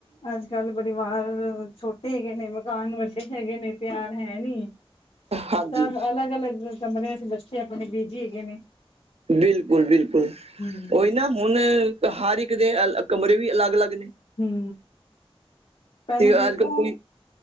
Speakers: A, on the left; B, on the right.
A: ਅੱਜਕੱਲ ਪਰਿਵਾਰ ਛੋਟੇ ਹੈਗੇ ਨੇ, ਮਕਾਨ ਵੱਡੇ ਹੈਗੇ ਨੇ ਪਿਆਰ ਹੈ ਨਈ,
B: ਹਾਂਜੀ
A: ਤਾਂ ਅਲੱਗ ਅਲੱਗ ਕਮਰਿਆਂ ਚ ਬੱਚੇ, ਆਪਣੇ ਬੀਜੀ ਹੈਗੇ ਨੇ
B: ਬਿਲਕੁਲ- ਬਿਲਕੁਲ
A: ਹਮ
B: ਓਈ ਨਾ ਹੁਨ ਹਰ ਇੱਕ ਦੇ ਕਮਰੇ ਵੀ ਅਲੱਗ-ਅਲੱਗ ਨੇ।
A: ਹੂੰ। ਪਹਿਲੇ
B: ਤੇ
A: ਦੇਖੋ
B: ਅੱਜ ਕੱਲ ਕੋਈ